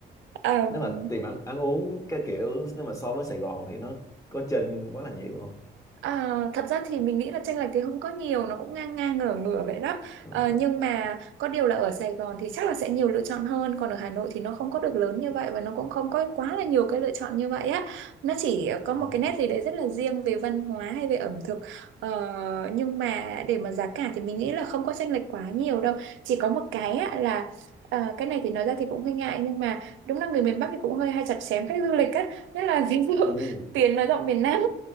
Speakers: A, on the right (about 75°); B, on the left (about 15°).
A: <laughs>
B: nếu mà tiền ăn ăn uống cái kiểu nếu mà so với Sài Gòn thì nó có chênh quá là nhiều không
A: À, thật ra thì mình nghĩ là chênh lệch thì không có nhiều nó cũng ngang ngang ngửa ngửa vậy đó
B: ờ
A: Ờ, nhưng mà có điều là ở Sài Gòn thì chắc là sẽ nhiều lựa chọn hơn còn ở Hà Nội thì nó không có được lớn như vậy và nó cũng không có quá là nhiều cái lựa chọn như vậy á nó chỉ có
B: ồ
A: một cái nét gì đấy rất là riêng về văn hóa hay về ẩm thực Ờ, nhưng mà để mà giá cả thì mình nghĩ là không có chênh lệch quá nhiều đâu chỉ có một cái á, là ờ, cái này thì nói ra thì cũng hơi ngại nhưng mà đúng là người miền Bắc thì cũng hơi hay chặt chém khách du lịch á nhất là ví dụ <laughs>
B: u <laughs>
A: tiền nói rộng miền Nam